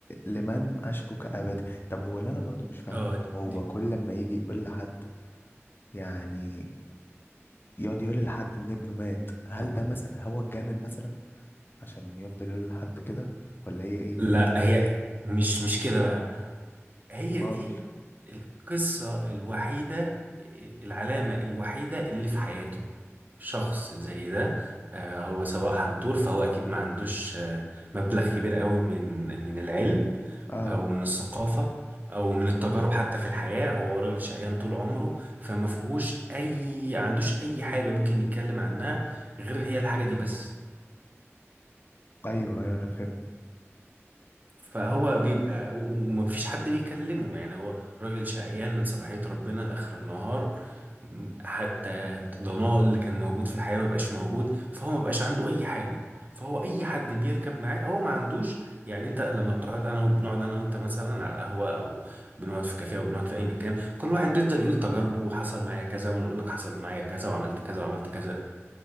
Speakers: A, on the left; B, on the right.
A: لمن أشكو كأبدي طب هو اللي أنا برضو مش فاهمه
B: اه دي
A: هو
B: دي-
A: كل ما يجي يقول لحد يعني يقعد يقول لحد إن ابنه مات هل ده مثلا هو اتجنن مثلا عشان يفضل يقول لحد كده ولا هي إيه؟
B: لا هي مش مش كده بقى هي
A: أمال
B: دي القصة الوحيدة العلامة الوحيدة اللي في حياته شخص زي ده آه هو سواق حنطور فهو أكيد ما عندوش آه مبلغ كبير قوي من من العلم
A: آه
B: او من الثقافه او من التجارب حتى في الحياه هو راجل شقيان طول عمره فما فيهوش اي ما عندوش اي حاجه ممكن يتكلم عنها غير هي الحاجه دي بس
A: أيوه أيوه أنا فهمت
B: فهو بيبقى ومفيش حد بيكلمه يعني هو راجل شقيان من صباحية ربنا لآخر النهار م- حتى الضناء اللي كان موجود في الحياة مبقاش موجود فهو مبقاش عنده أي حاجة فهو أي حد بيركب معاه هو ما عندوش يعني أنت لما بتقعد أنا بنقعد أنا وأنت مثلا على القهوة أو بنقعد في كافيه أو بنقعد في أي مكان كل واحد بيفضل يقول تجاربه وحصل معايا كذا وأنا أقول لك حصل معايا كذا وعملت كذا وعملت كذا